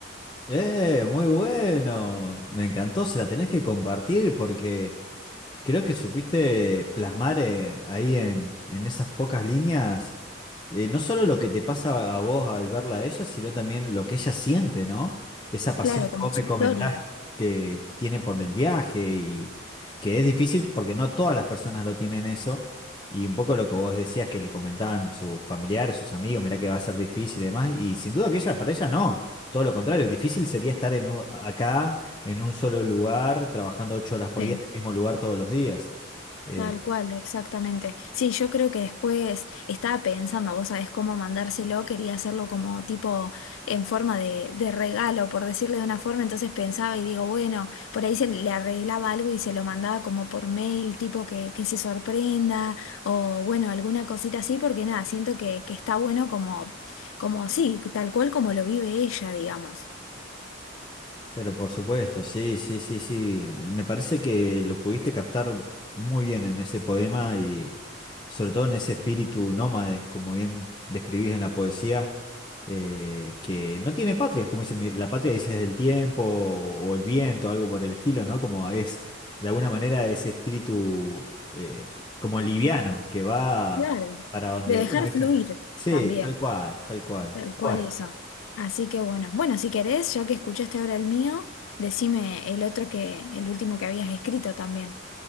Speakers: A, on the left (about 20°); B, on the left (about 85°).
A: Eh, muy bueno. Me encantó, se la tenés que compartir porque Creo que supiste plasmar eh, ahí en, en esas pocas líneas, eh, no solo lo que te pasa a vos al verla a ella, sino también lo que ella siente, ¿no? Esa pasión
B: Claro,
A: que
B: como
A: vos
B: su
A: me comentás
B: historia.
A: que tiene por el viaje y que es difícil porque no todas las personas lo tienen eso. Y un poco lo que vos decías que le comentaban sus familiares, sus amigos, mirá que va a ser difícil y demás. Y sin duda que ella, para ella no, todo lo contrario, difícil sería estar en, u- acá en un solo lugar, trabajando ocho horas por
B: Sí.
A: día en el mismo lugar todos los días. Eh,
B: Tal cual, exactamente. Sí, yo creo que después estaba pensando, vos sabés cómo mandárselo, quería hacerlo como tipo en forma de, de regalo, por decirle de una forma, entonces pensaba y digo, bueno, por ahí se le arreglaba algo y se lo mandaba como por mail, tipo que, que se sorprenda o bueno, alguna cosita así, porque nada, siento que, que está bueno como, como sí, tal cual como lo vive ella, digamos.
A: Pero por supuesto, sí, sí, sí, sí. Me parece que lo pudiste captar muy bien en ese poema y sobre todo en ese espíritu nómade, como bien describís en la poesía, eh, que no tiene patria, como dice, mi- la patria dices el tiempo o el viento, algo por el estilo, ¿no? Como es, de alguna manera, ese espíritu eh, como liviano que va
B: Claro.
A: para donde,
B: De dejar
A: bueno, ella-
B: fluir
A: Sí,
B: también.
A: tal cual, tal cual.
B: Tal cual
A: Bueno.
B: eso. Así que bueno, bueno, si querés, ya que escuchaste ahora el mío, decime el otro que, el último que habías escrito también.